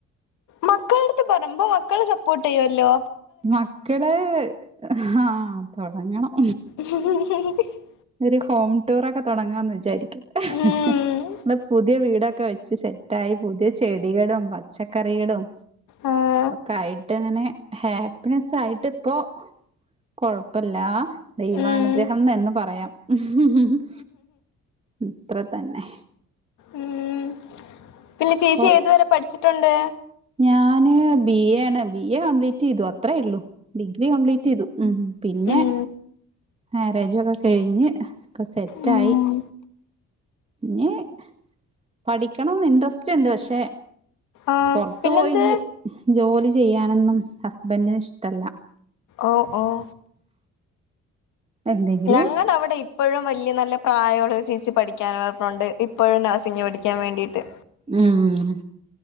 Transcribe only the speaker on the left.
മക്കളടുത്ത് പറയുമ്പോ മക്കള് സപ്പോട്ട് ചെയ്യുല്ലോ
<inaudible>
ഉം
ഉം
ഉം
ഉം പിന്നെ ചേച്ചി
ഏതുവരെ പഠിച്ചിട്ടൊണ്ട്
ഉം
ഉം
ആഹ്
പിന്നെന്ത്
ഓഹ് ഓഹ്
ഞങ്ങടഅവിടെ <unintelligible> ഇപ്പഴും വല്യ നല്ല പ്രായൊള്ള ഒരു ചേച്ചി പഠിക്കാൻ <unintelligible> ഇപ്പഴും നഴ്സിംഗ് പഠിക്കാൻ വേണ്ടിയിട്ട്